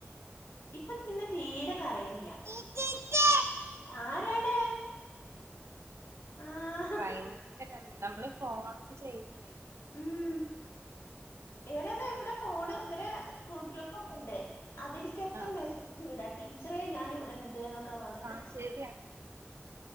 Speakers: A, on the left; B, on the right.
A: ഇപ്പം പിന്നെ തീരെ കരയണില്ല
B: <unintelligible>
A: ആരാണ് ആഹ്
B: ഭയങ്കര നമ്മള് ഫോണൊക്കെ ചെയ്യുമ്പോഴേ
A: ഉം എവിടെന്താ ഇവിടെ പോണ് ഇവരെ സ്കൂൾ ഗ്രൂപ്പ് പ്പൊക്കെ ണ്ട് അതില്ക്ക്
B: ആഹ്
A: മെസ്സേജ് വിട ടീച്ചറെ ഞാൻ ഇവിടെ ഇണ്ട് എന്നൊക്കെ പറഞ്ഞിട്ട്
B: ആഹ് ശരിയാ